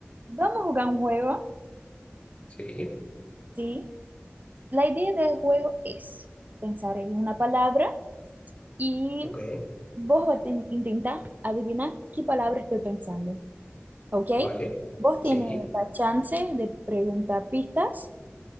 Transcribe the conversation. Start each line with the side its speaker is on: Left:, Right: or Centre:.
Right: Vamos a jugar un juego,
Left: Sí,
Right: ¿sí? La idea del juego es pensar en una palabra y
Left: ok,
Right: vos vas a ten- intentar adivinar qué palabra estoy pensando, ¿ok?
Left: vale,
Right: Vos tienes
Left: sí,
Right: la chance de preguntar pistas